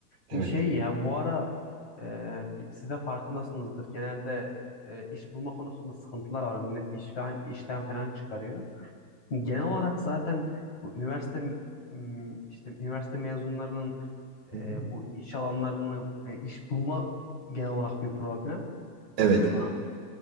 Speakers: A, on the right (about 20°); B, on the left (about 35°).
A: Evet.
B: Hani şey ya bu ara e, siz de farkındasınızdır genelde e, iş bulma konusunda sıkıntılar var. Millet iş falan, işten falan çıkarıyor. Hani Genel olarak zaten bu üniversite m, işte üniversite mezunlarının
A: Hı hı.
B: e, bu iş alanlarını e, iş bulma genel olarak bir problem.
A: Evet.
B: Ama